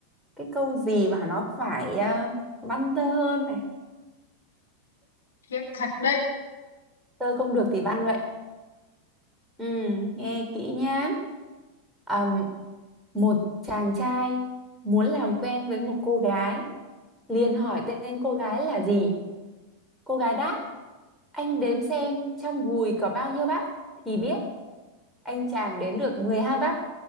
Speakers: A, in the centre; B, on the left.
A: cái câu gì mà nó phải à, văn tơ hơn này
B: khiếp thật đấy
A: tơ không được thì văn vậy Ừm, nghe kỹ nhá Ừm, một chàng trai muốn làm quen với một cô gái liền hỏi tên cô gái là gì Cô gái đáp, anh đếm xem trong gùi có bao nhiêu bắp thì biết. Anh chàng đếm được 12 bắp.